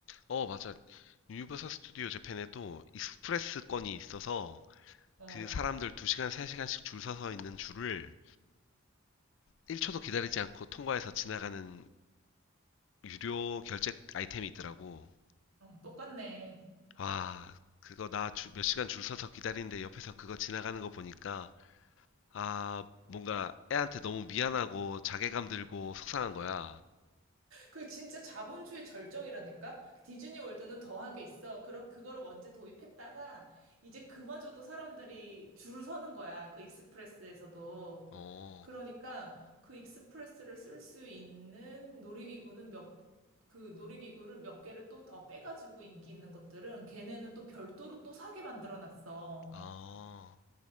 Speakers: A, on the left; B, on the right.
A: 어, 맞아. 유니버설 스튜디오 재팬에도 익스프레스 건이 있어서
B: 어.
A: 그 사람들 2시간, 3시간씩 줄 서서 있는 줄을 1초도 기다리지 않고 통과해서 지나가는 유료 결제 아이템이 있더라고.
B: 어, 똑같네.
A: 아, 그거 나 몇 시간 줄 서서 기다리는데 옆에서 그거 지나가는 거 보니까 아, 뭔가 애한테 너무 미안하고 자괴감 들고 속상한 거야.
B: 그 진짜 자본주의 절정이라니까? 디즈니 월드는 더하게 있어. 그러, 그거를 먼저 도입했다가 이제 그마저도 사람들이 줄을 서는 거야. 그 익스프레스에서도.
A: 어,
B: 그러니까 그 익스프레스를 쓸 수 있는 놀이기구는 몇, 그 놀이기구를 몇 개를 또 더 빼가지고 인기 있는 것들은 걔네는 또 별도로 또 사게 만들어 놨어.
A: 아,